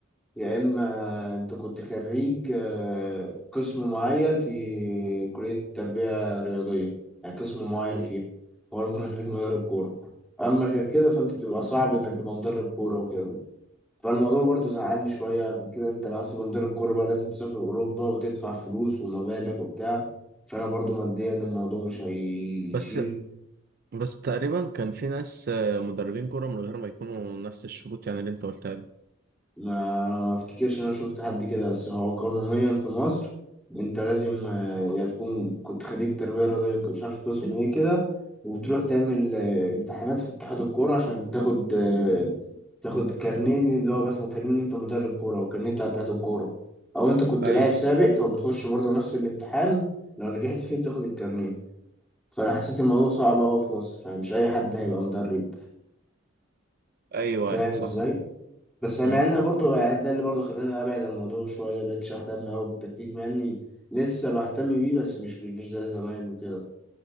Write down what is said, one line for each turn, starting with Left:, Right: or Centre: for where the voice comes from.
Centre: يا إما أنت كنت خريج آه، قسم معين في كلية تربية رياضية يعني قسم معين
Right: مم.
Centre: فيها هو ممكن يخليك مدرب كورة أما غير كده فأنت بتبقى صعب إنك تبقى مدرب كورة وكده فالموضوع برضه زعلني شوية عشان كده أنت لو عايز تبقى مدرب كورة بقى لازم تسافر أوروبا وتدفع فلوس ومبالغ وبتاع فأنا برضه ماديا الموضوع مش هيشيل
Right: بس بس تقريبا كان في ناس آه، مدربين كورة من غير ما يكونوا نفس الشروط يعني اللي انت قلتها دي
Centre: ما ما افتكرش ان انا شفت حد كده بس هو قانونيا في مصر انت لازم آه، يا تكون كنت خريج تربية رياضية مش عارف قسم ايه كده وبتروح تعمل آه، امتحانات في اتحاد الكورة عشان تاخد آه، تاخد كارنيه اللي هو مثلا كارنيه إن انت مدرب كورة او كارنيه بتاع اتحاد الكورة او انت كنت
Right: ايوه
Centre: لاعب سابق فبتخش برضه نفس الامتحان لو نجحت فيه بتاخد الكارنيه فانا حسيت الموضوع صعب قوي في مصر يعني مش اي حد هيبقى مدرب
Right: ايوه
Centre: فاهم
Right: ايوه صح
Centre: ازاي بس مع
Right: مم.
Centre: ان برضو يعني ده اللي برضو خلاني ابعد عن الموضوع شويه مبقتش اهتم قوي بالتكتيك مع اني لسه بهتم بيه بس مش مش زي زمان وكده